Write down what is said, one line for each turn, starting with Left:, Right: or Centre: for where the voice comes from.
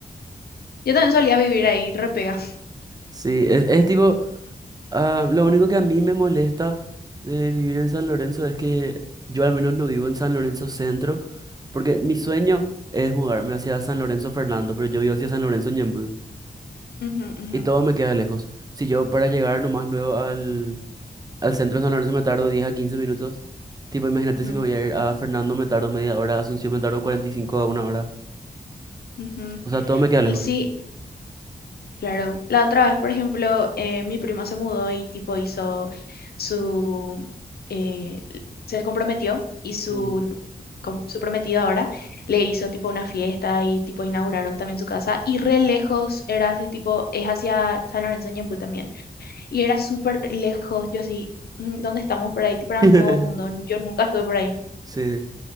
Left: Yo también solía vivir ahí, re pega.
Right: Sí, es, es tipo, ah, lo único que a mí me molesta de vivir en San Lorenzo es que yo al menos no vivo en San Lorenzo Centro, porque mi sueño es mudarme hacia San Lorenzo Fernando, pero yo vivo hacia San Lorenzo Ñemby
Left: <laughs>
Right: y todo me queda lejos. Si yo para llegar nomás luego al, al centro de San Lorenzo me tardo 10 a 15 minutos, tipo imagínate
Left: Ujú,
Right: si me voy a ir a Fernando me tardo media hora, a Asunción me tardo 45 a una hora,
Left: ujú.
Right: o sea, todo me queda lejos.
Left: Sí, claro. La otra vez, por ejemplo, eh, mi prima se mudó y tipo hizo su... eh, se comprometió y su,
Right: Ujú.
Left: n- com- su prometido ahora le hizo tipo una fiesta y tipo inauguraron también su casa y re lejos era así tipo, es hacia San Lorenzo Ñemby también y era súper lejos, yo así, "Mm, ¿dónde estamos por ahí? Tipo era
Right: <laughs>
Left: un nuevo mundo, yo nunca estuve por ahí.
Right: Sí.